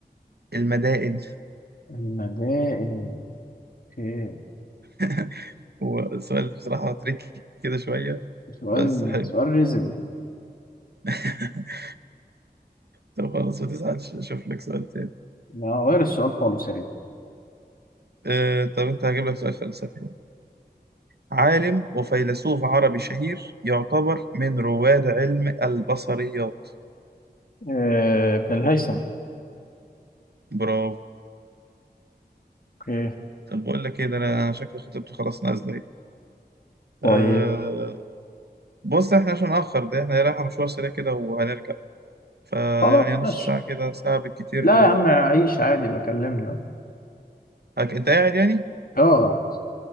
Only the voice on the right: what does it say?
المدائن
<laughs> هو السؤال بصراحة تريكي كده شوية
بس حلو
<laughs> طب خلاص ما تزعلش اشوف لك سؤال تاني
أه طب انت هجيب لك سؤال فلسفي يعني. عالم وفيلسوف عربي شهير يعتبر من رواد علم البصريات
برافو
طب بقول لك ايه ده انا شكل خطيبتي خلاص نازلة
ايه بص احنا عشان نأخر ده احنا رايحة مشوار سريع كده وهنرجع فيعني
نص
ساعة كده ساعة بالكتير
آه،
هك- انت قاعد يعني